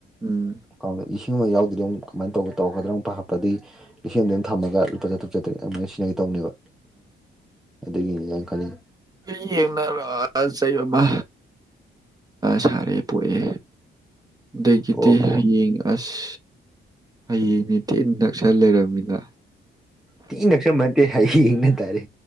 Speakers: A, on the right; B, in the centre.
A: ꯎꯝ
B: ꯀꯁꯤꯡ ꯏꯁꯤꯡ ꯑꯃ ꯌꯥꯎꯗꯗꯤ ꯑꯃꯨꯛꯃꯥꯏ ꯇꯧꯕ ꯇꯧꯒꯗ꯭ꯔꯥꯨ ꯄꯥꯈꯠꯄ ꯑꯗꯒꯤ ꯂꯤꯁꯤꯡꯗ ꯑꯗꯨꯝ ꯊꯝꯃ ꯂꯨꯄꯥꯥꯇ꯭ꯔꯨꯛ ꯆꯥꯇꯔꯦꯠ ꯑꯃꯥꯏꯅ ꯁꯤꯅꯒ ꯇꯧꯅꯦꯕ ꯑꯗꯨꯒꯤ ꯌꯥ ꯈꯜꯂꯤ
A: ꯑꯩ ꯌꯦꯡꯅꯔ ꯑ ꯆꯩ ꯑꯃ ꯁꯥꯔꯦ ꯄꯣꯛꯑꯦ ꯑꯗꯒꯤꯗꯤ
B: ꯄꯣꯛꯑꯣ ꯄꯣꯛꯑꯣ
A: ꯍꯌꯦꯡ ꯑꯁ ꯍꯌꯦꯡꯅꯤꯗꯤ ꯅ ꯄꯩꯁ ꯂꯩꯔꯕꯃꯤꯅ
B: ꯇ ꯅꯁꯝ ꯃꯦ ꯍꯥꯏ ꯏꯅ ꯇꯥꯔꯦ